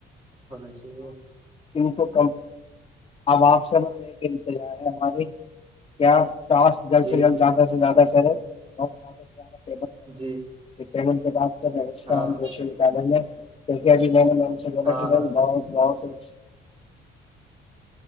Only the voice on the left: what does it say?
<unintelligible> <unintelligible> <unintelligible> <unintelligible> کیا اس جلد
سے جلد زیادہ سے زیادہ <unintelligible>
<unintelligible> نمسکان
جو شری آانند سالی جان <unintelligible>
<unintelligible>